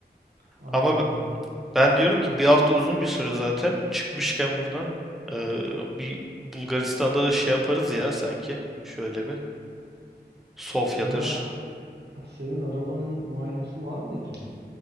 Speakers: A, on the right; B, in the centre.
A: Anladım.
B: Ama ben diyorum ki bir hafta uzun bir süre zaten. Çıkmışken buradan eee, bir Bulgaristan'da da şey yaparız ya sanki. Şöyle bir Sofya'dır.
A: Ya senin arabanın muayenesi var mı ki?